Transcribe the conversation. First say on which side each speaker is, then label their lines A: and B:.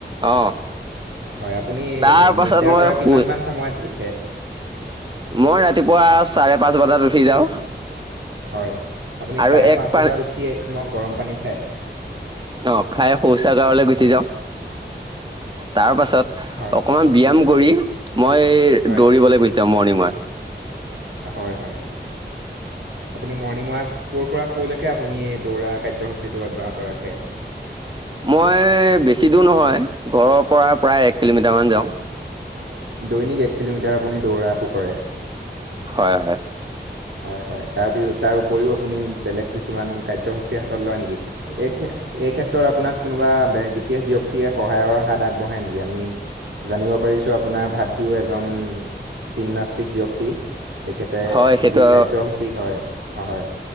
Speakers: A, on the right (about 25°); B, on the right (about 80°).
A: অ'।
B: হয় আপুনি
A: তাৰ পাছত
B: নিদ্ৰাৰ
A: মই
B: পৰা
A: শুই
B: কিমান মান সময়ত উঠে?
A: মই ৰাতিপুৱা চাৰে পাঁচ বজাত উঠি যাওঁ।
B: হয়, আপুনি
A: আৰু
B: চাৰে
A: এক
B: পাঁচ
A: পা
B: বজাত উঠি এক মগ গৰম পানী খায়?
A: অ', খাই শৌচাগাৰলৈ গুচি
B: হয়
A: যাওঁ। তাৰপাছত
B: হয়
A: অকণমান ব্যায়াম কৰি মই
B: হয়
A: দৌৰিবলৈ গৈছা মৰ্ণিংত।
B: হয় হয়। আপুনি মৰ্ণিং ৱাক ক'ৰ পৰা ক'লৈকে আপুনি এই দৌৰা কাৰ্যসূচীটো অব্যাহত ৰাখে?
A: মই বেছি দূৰ নহয় ঘৰৰ পৰা প্ৰায় এক কিলোমিটাৰ মান যাওঁ।
B: দৈনিক এক কিলোমিটাৰ আপুনি দৌৰাটো কৰে।
A: হয় হয়।
B: হয় হয়। তাৰপিছত তাৰ উপৰিও আপুনি বেলেগ কিছুমান কাৰ্যসূচী হাতত লয় নেকি? এই ক্ষে এই ক্ষেত্ৰত আপোনাক কোনোবা বে-বিশেষ ব্যক্তিয়ে সহায়ৰ হাত আগবঢ়াই নেকি? আমি জানিব পাৰিছোঁ আপোনাৰ ভাতৃও এজন জিমনাষ্টিক ব্যক্তি। তেখেতে
A: হয় সেইটো
B: যি কাৰ্যসূচী হয় হয়।